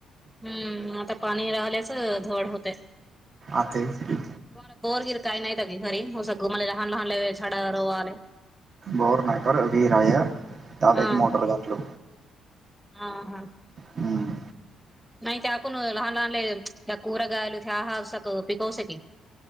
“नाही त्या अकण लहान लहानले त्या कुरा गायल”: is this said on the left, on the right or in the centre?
Centre